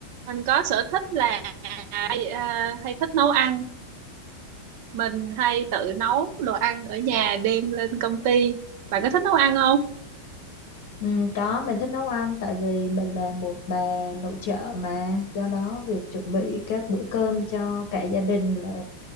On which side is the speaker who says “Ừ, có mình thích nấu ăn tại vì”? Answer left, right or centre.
Left